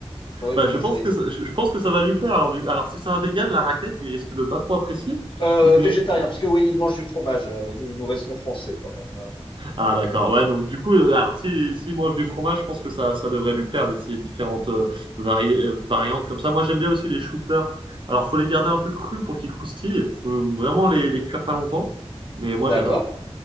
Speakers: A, on the left; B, on the right.
A: faudrait
B: Bah,
A: qu'on
B: je
A: essaye.
B: pense que ça, je, je pense que ça va lui plaire. Alors, du, alors si c'est un vegan, la raclette, il risque de pas trop apprécier.
A: Euh,
B: Mais
A: végétarien, parce que oui, il mange du fromage. Euh, nous, nous restons français quand même. Euh,
B: Ah d'accord, ouais donc du coup, heu, alors s'il s'il mange du fromage, je pense que ça ça devrait lui plaire d'essayer différentes, heu, varié heu, variantes comme ça. Moi j'aime bien aussi les choux-fleurs. Alors faut les garder un peu crus pour qu'ils croustillent, faut vraiment les les cuire pas longtemps, mais moi
A: D'accord.
B: j'adore.